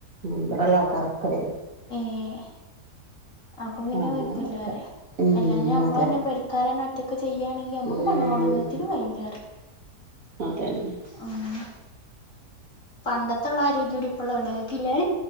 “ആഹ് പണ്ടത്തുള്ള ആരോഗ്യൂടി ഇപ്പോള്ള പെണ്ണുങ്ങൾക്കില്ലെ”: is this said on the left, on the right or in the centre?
Left